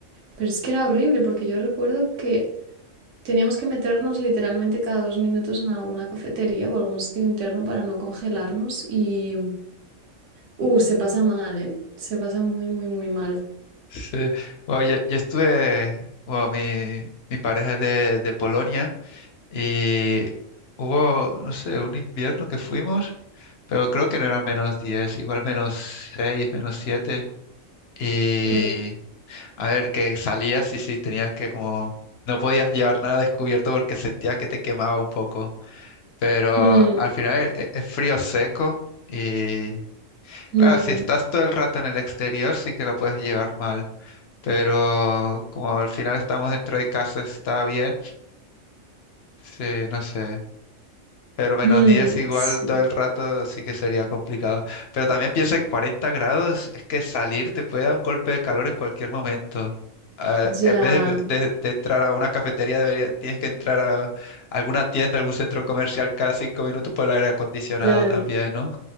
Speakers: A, on the right; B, on the left.
A: Pero es que era horrible porque yo recuerdo que teníamos que meternos literalmente cada dos minutos en alguna cafetería o algún sitio interno para no congelarnos y... Uh, se pasa mal, ¿eh? Se pasa muy, muy, muy mal.
B: Sí. Bueno, yo, yo estuve, bueno, mi, mi pareja es de, de Polonia y hubo, no sé, un invierno que fuimos, pero creo que no era menos 10, igual menos 6, menos siete Y
A: Mm,
B: a ver, que salías y sí, tenías que como, no podías llevar nada descubierto porque sentías que te quemaba un poco, pero
A: mm,
B: al final e- e, es, frío seco y
A: mm.
B: claro, si estás todo el rato en el exterior sí que lo puedes llevar mal pero como al final estamos dentro de casa está bien, sí, no sé. Pero menos
A: Mm,
B: 10 igual
A: sí,
B: todo el rato sí que sería complicado. Pero también piensa en 40 grados, es que salir te puede dar un golpe de calor en cualquier momento. Ah,
A: ya,
B: en vez de, de- de entrar a una cafetería, debería, tienes que entrar a alguna tienda, algún centro comercial cada cinco minutos por el aire acondicionado
A: claro,
B: también, ¿no?